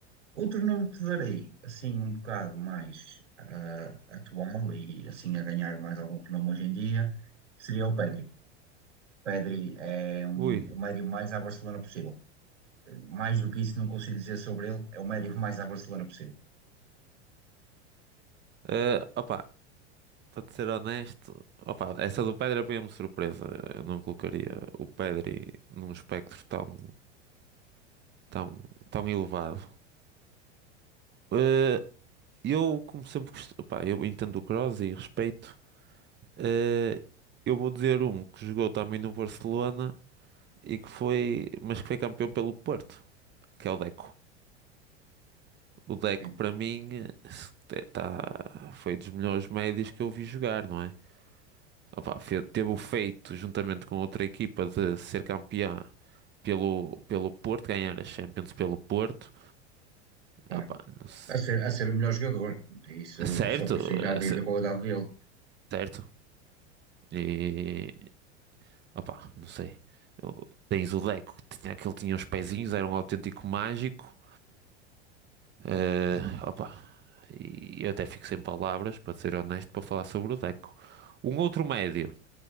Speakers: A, on the right; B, on the right.
A: Outro nome que te darei, assim um bocado mais ah, atual e assim a ganhar mais algum renome hoje em dia, seria o Pedri. Pedri é um,
B: Ui.
A: o médio mais à Barcelona possível. Mais do que isso não consigo dizer sobre ele, é o médio mais à Barcelona possível.
B: Eh, opa, para te ser honesto, opa, essa do Pedri apanhou-me surpresa. Eu não colocaria o Pedri num espectro tão, tão, tão elevado. Eh, eu, como sempre, gost- opa, eu entendo o Kroos e respeito. Eh, eu vou dizer um que jogou também no Barcelona e que foi, mas que foi campeão pelo Porto, que é o Deco. O Deco,
A: Sim,
B: para mim, eh, se- tá, foi dos melhores médios que eu vi jogar, não é? Opa, fe- teve o feito, juntamente com outra equipa, de ser campeã pelo, pelo Porto, ganhar a Champions pelo Porto.
A: claro.
B: Opa, não se-
A: A ser, a ser o melhor jogador, isso
B: Certo,
A: só por si já diz
B: eh, se-
A: a qualidade dele.
B: certo. E, opa, não sei. Eu- Tens o Deco, que tinha, que ele tinha uns pezinhos, era um autêntico mágico. Eh, opa, e eu até fico sem palavras, para ser honesto, para falar sobre o Deco. Um outro médio